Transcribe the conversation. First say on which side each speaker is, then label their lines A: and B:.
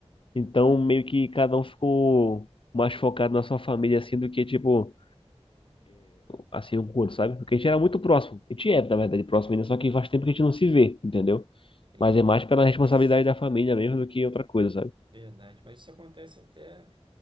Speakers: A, on the left; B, on the right.
A: Então, meio que cada um ficou mais focado na sua família, assim, do que, tipo, assim, um curso, sabe? Porque a gente era muito próximo. A gente é, na verdade, próximo ainda, só que faz tempo que a gente não se vê, entendeu?
B: Entendi.
A: Mas é mais pela responsabilidade da família mesmo do que outra coisa, sabe?
B: Verdade. Mas isso acontece até